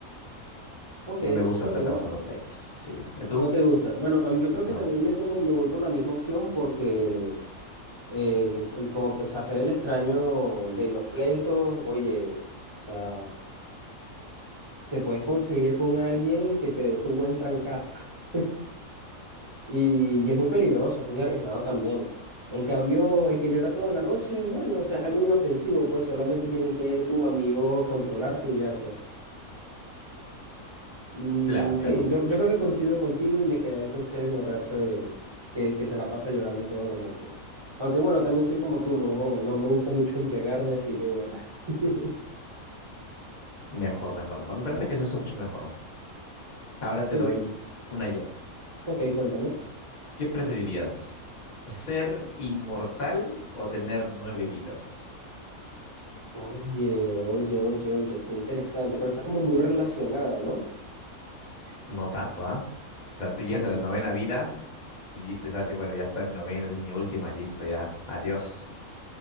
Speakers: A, on the right; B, on the left.
A: Ok,
B: No me gusta
A: ok,
B: estar causando pleitos. Sí. ¿Y tú?
A: no te gusta. Bueno, am- yo creo
B: No.
A: que también me tomo, me voy por la misma opción porque eh, el, co- o sea, ser el extraño de los pleitos, oye, o sea, te puedes conseguir con alguien que te dé tu buen trancazo. <laughs> Y, y es muy peligroso, es muy arriesgado también. En cambio, el que llora toda la noche, bueno, o sea, es algo inofensivo, pues solamente tienen que tus amigos controlarte y ya, pues. Mm,
B: Claro,
A: sí,
B: claro.
A: yo, yo creo que coincido contigo y me quedaré con ser el borracho de, que, que se la pasa llorando toda la noche. Aunque bueno, también soy como tú, no, no me gusta mucho embriagarme, así que bueno. <laughs>
B: Mejor, mejor, mejor. Me parece que es eso mucho mejor. ¿no? Ahora te
A: Sí,
B: doy
A: sí.
B: una yo.
A: Ok, cuéntame.
B: ¿Qué preferirías? ¿Ser inmortal o tener nueve vidas?
A: Oye, oye, oye, oye, qué interesante, pero está como muy relacionada, ¿no?
B: No tanto, ¿ah? O sea, tú llegas
A: Ah,
B: a la novena vida y dices así, bueno, ya está mi novena, esta es mi última, listo, ya, adiós.